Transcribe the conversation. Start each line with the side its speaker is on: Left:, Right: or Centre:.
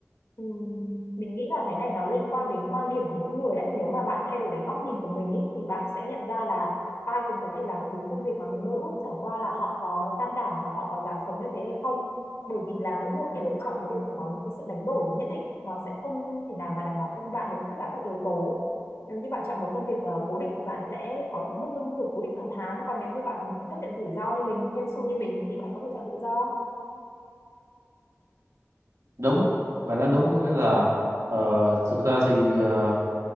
Left: Ừm, mình nghĩ là cái này nó liên quan đến quan điểm của mỗi người đấy. Nếu mà bạn thay đổi cái góc nhìn của mình ý, thì bạn sẽ nhận ra là ai cũng có thể làm được đúng công việc mà mình mơ ước. Chẳng qua là họ có can đảm và họ có dám sống như thế hay không. Bởi vì là mỗi một cái lựa chọn nó đều phải có những cái sự đánh đổi nhất định. Nó sẽ không thể nào mà đảm bảo cho bạn được tất cả các yếu tố. Nếu như bạn chọn một công việc ờ, cố định thì bạn sẽ có được mức lương thưởng cố định hàng tháng. Còn nếu như bạn chấp nhận rủi ro như mình, hên xui như mình thì bạn có thể chọn tự do.
Right: đúng và nói đúng có nghĩa là ờ, thực ra thì ờ,